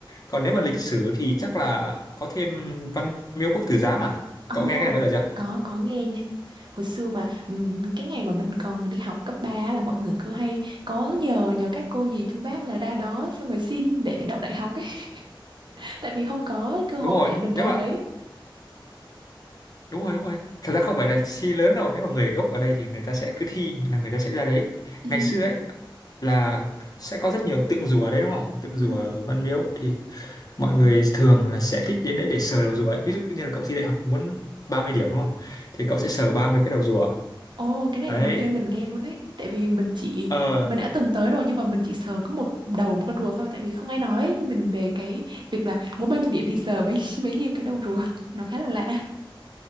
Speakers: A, on the left (about 45°); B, on the right (about 60°).
A: còn nếu mà lịch sử thì chắc là có thêm Văn Miếu Quốc Tử Giám à
B: ờ,
A: cậu nghe cái này bao giờ chưa
B: có có nghe nha. Hồi xưa mà ừm, cái ngày mà mình còn đi học cấp 3 á là mọi người cứ hay có nhờ nhờ các cô dì chú bác là ra đó xong rồi xin để đậu đại học ấy, <laughs> tại vì không có cơ
A: đúng
B: hội
A: rồi
B: để mình
A: nếu
B: ra
A: mà
B: đấy.
A: đúng rồi đúng rồi thật ra không phải là thi lớn đâu nếu mà người gốc ở đây thì người ta sẽ cứ thi là người ta sẽ ra đấy
B: Ừ.
A: ngày xưa ấy là sẽ có rất nhiều tượng rùa ở đấy đúng không tượng
B: Ừ.
A: rùa ở Văn Miếu thì mọi người thường là sẽ thích đến đấy để sờ đầu rùa ấy. ví dụ như là cậu thi đại học muốn 30 điểm đúng không thì cậu sẽ sờ 30 cái đầu rùa
B: Ồ, cái này
A: đấy
B: là đầu tiên mình nghe luôn đấy. Tại vì mình chỉ
A: ờ
B: mình đã từng tới rồi nhưng mà mình chỉ sờ có một đầu một con rùa thôi tại vì không ai nói ấy. Nhưng mình về cái việc là muốn bao nhiêu điện thì sờ bấy <laughs> bấy nhiêu cái đầu rùa. Nó khá là lạ.